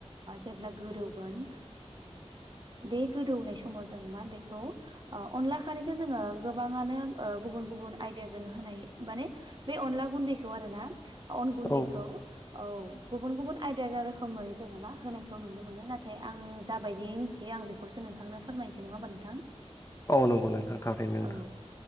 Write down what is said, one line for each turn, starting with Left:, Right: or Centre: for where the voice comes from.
Right: जेब्ला गोरौगोन बे गोदौनाय समाव जों मा बेखौ अनला खारैखौो जोङो गोबाङानो गुबुन गुबुन आइदिया जोंङो होनाय माने बे अनला गुन्दैखौ आरोना अन गुन्दैखौ
Left: औ
Right: औ गुबुन गुबुन आयदा रोखोमै जोङो मा होनायखौ नुनो मोनो नाथाय आं जाबायदिथि एसे आं बेखौस नोंथांनो फोरमनोसै नङा होनबा नोंथां
Left: औ नंगौ नोंथां थारैनो नोंथां
Right: औ